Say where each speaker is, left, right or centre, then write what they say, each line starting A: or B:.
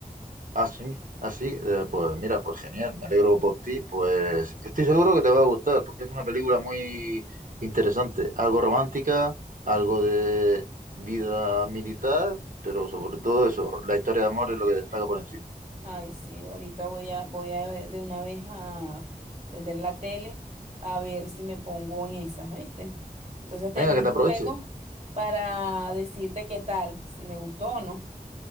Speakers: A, on the right; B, on the right.
A: Ah, sí, ah, sí, eh, pues mira, pues genial, me alegro por ti, pues estoy seguro que te va a gustar, porque es una película muy interesante, algo romántica, algo de vida militar, pero sobre todo eso, la historia de amor es lo que destaca por encima.
B: Ay, sí, ahorita voy a, voy a ver de una vez a prender la tele a ver si me pongo en esas, ¿oíste? Entonces te
A: Venga,
B: llamo
A: que te aproveche,
B: luego para decirte qué tal, si me gustó o no.